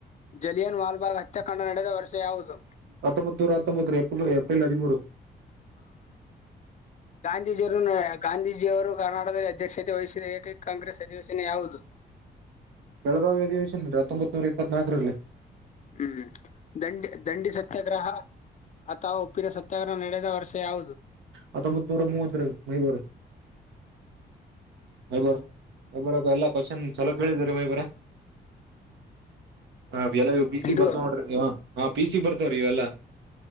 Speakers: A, on the left; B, on the right.
A: ಜಲಿಯನ್ ವಾಲ್ಬಾಗ್ ಹತ್ಯಾಕಾಂಡ ನಡೆದ ವರ್ಷ ಯಾವುದು?
B: ಹತ್ತೊಂಬತ್ನೂರ ಹತ್ತೊಂಬತ್ ರಿ ಏಪ್ರಿ ಏಪ್ರಿಲ್ ಹದಿಮೂರು
A: ಗಾಂಧೀಜಿಯವ್ರು ನೆ ಗಾಂಧೀಜಿಯವ್ರು ಕರ್ನಾಟಕದಲ್ಲಿ ಅಧ್ಯಕ್ಷತೆ ವಹಿಸಿದ ಏಕೈಕ್ ಕಾಂಗ್ರೆಸ್ ಅಧಿವೇಶನ ಯಾವುದು?
B: ಬೆಳಗಾವಿ ಅಧಿವೇಶನ ಹತ್ತೊಂಬತ್ನೂರ ಇಪ್ಪತ್ನಾಲ್ಕರಲ್ಲಿ
A: ಹ್ಮ್ ದಂಡಿ ದಂಡಿಸ ಸತ್ಯಾಗ್ರಹ ಅಥವ್ ಉಪ್ಪಿನ ಸತ್ಯಾಗ್ರಹ ನಡೆದ ವರ್ಷ ಯಾವುದು?
B: ಹತ್ತೊಂಬತ್ ನೂರ ಮೂವತ್ ರಿ ಮೈಬೂರ ಮೈಬರ್ ಮಬರ ಎಲ್ಲಾ ಕೊಶನ್ ಚಲೋ ಕೇಳಿದಿರಿ ಮೈ ಹ ಎಲ್ಲ ಇವ್ ಪಿ ಸಿಗ್
A: ಇದು
B: ಬರ್ತಾವ್ ನೋಡ್ರಿ ಇವ ಪಿ ಸಿಗ್ ಬರ್ತಾವ್ರೀ ಇವೆಲ್ಲ.